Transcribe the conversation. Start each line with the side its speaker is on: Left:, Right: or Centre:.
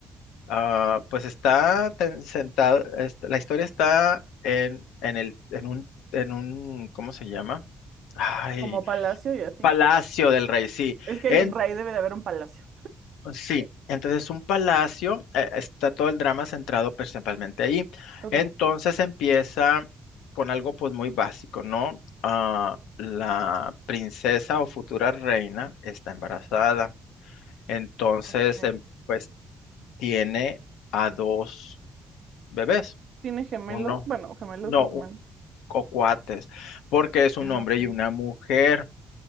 Left: Ah, pues está ten- sentado, est- la historia está en, en el, en un, en un, ¿cómo se llama? Ay,
Right: Como palacio y así.
Left: Palacio del Rey, sí.
Right: Es que
Left: En,
Right: hay un rey, debe de haber un palacio.
Left: sí, entonces un palacio, eh, está todo el drama centrado principalmente ahí.
Right: ok.
Left: Entonces empieza con algo pues muy básico, ¿no? Ah, la princesa o futura reina está embarazada. Entonces,
Right: Ok.
Left: em, pues tiene a dos bebés.
Right: ¿Tiene gemelos?
Left: Uno,
Right: Bueno, gemelos
Left: no,
Right: o gemelos.
Left: u- o cuates, porque es un
Right: Ah,
Left: hombre
Right: ok.
Left: y una mujer.